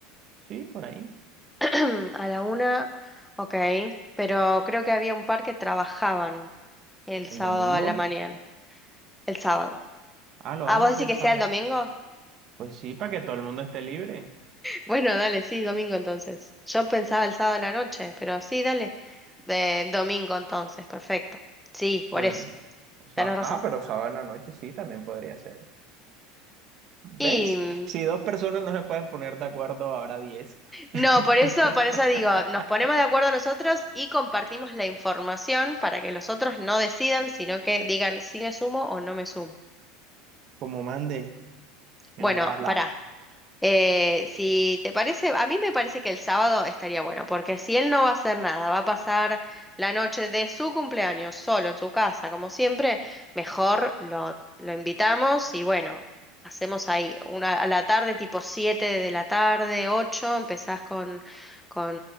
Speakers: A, on the right; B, in the centre.
A: Sí, por ahí.
B: <clears throat> A la una, ok, pero creo que había un par que trabajaban el
A: El
B: sábado
A: domingo.
B: a la mañana, el sábado.
A: Ah, lo
B: Ah,
A: vamos
B: ¿vos
A: a hacer
B: decís
A: el
B: que
A: sábado.
B: sea el domingo?
A: Pues sí, para que todo el mundo esté libre.
B: Bueno, dale, sí, domingo entonces. Yo pensaba el sábado a la noche, pero sí, dale, de domingo entonces, perfecto. Sí, por
A: O,
B: eso,
A: o sá-
B: tenés razón.
A: ah, pero sábado en la noche sí, también podría ser. ¿Ves?
B: Y mm,
A: Si dos personas no se pueden poner de acuerdo, ahora diez. <laughs>
B: no, por eso, por eso digo, nos ponemos de acuerdo nosotros y compartimos la información para que los otros no decidan, sino que digan si me sumo o no me sumo.
A: Como mande, generala.
B: Bueno, pará, Eh, si te parece, a mí me parece que el sábado estaría bueno, porque si él no va a hacer nada, va a pasar la noche de su cumpleaños solo en su casa, como siempre, mejor lo, lo invitamos y bueno, hacemos ahí una a la tarde, tipo 7 de la tarde, 8 empezás con, con